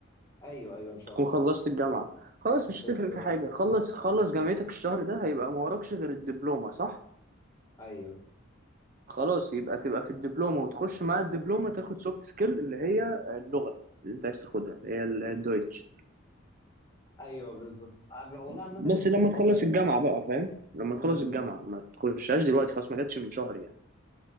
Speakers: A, on the left (about 15°); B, on the right (about 45°).
A: ايوه ايوه ان شاء
B: تكون
A: الله
B: خلصت الجامعه خلاص مش
A: بالظبط
B: هتفرق في حاجه خلص خلص جامعتك الشهر ده هيبقى ما وراكش غير الدبلومه صح
A: ايوه
B: خلاص يبقى تبقى في الدبلومه وتخش مع الدبلومه تاخد سوفت سكيل اللي هي اللغه اللي انت عايز تاخدها اللي هي الدويتش
A: ايوه بالظبط عب- والله عامة
B: بس
A: هي فكرة
B: لما تخلص
A: حلوة يعني
B: الجامعة بقى فاهم لما
A: امم
B: تخلص الجامعة ما تخشهاش دلوقتي خلاص ما جاتش من شهر يعني